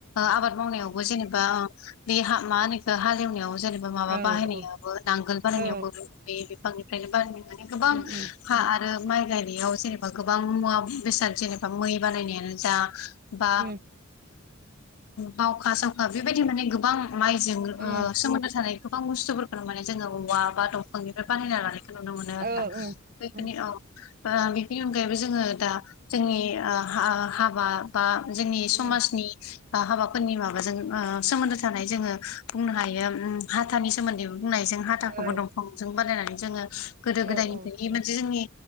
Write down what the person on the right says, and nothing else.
उम
औ
औ
औ
उम उम
उम
उम
औ
उम उम
उम
औ
औ
औ